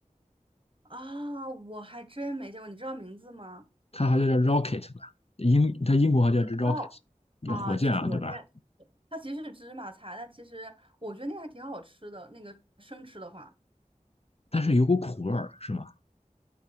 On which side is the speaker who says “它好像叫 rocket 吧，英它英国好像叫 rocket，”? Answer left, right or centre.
Left